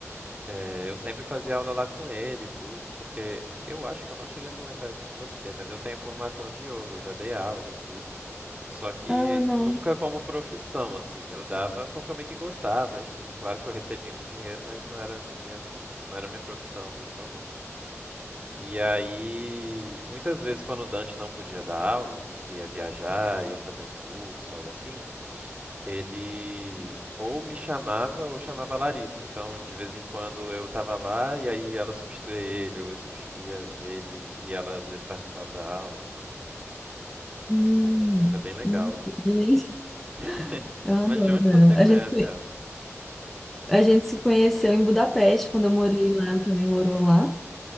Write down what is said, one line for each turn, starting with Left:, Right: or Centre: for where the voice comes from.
Right: é, eu sempre fazia aula lá com ele e tudo, porque eu acho que eu não cheguei a comentar isso com você, mas eu tenho formação de yoga, eu já dei aula e tudo. Só que
Centre: Ah, não.
Right: nunca como profissão, assim. Eu dava porque eu meio que gostava. aí, tipo, claro que eu recebia um dinheiro, mas não era minha, não era minha profissão, profissão mesmo. E aí, muitas vezes quando o Dante não podia dar aula, que ia viajar, ia fazer um curso, algo assim, ele ou me chamava ou chamava a Larissa. Então, de vez em quando eu tava lá e aí ela substituía ele, ou eu substituía ele, e ela às vezes participava da aula.
Centre: Hum,
Right: É, ela é bem legal,
Centre: não.
Right: assim.
Centre: Gente,
Right: <laughs>
Centre: eu adoro
Right: Mas de onde você
Centre: ela.
Right: conhece
Centre: A gente, se-
Right: ela?
Centre: a gente se conheceu em Budapeste, quando eu morei lá, ela também morou lá.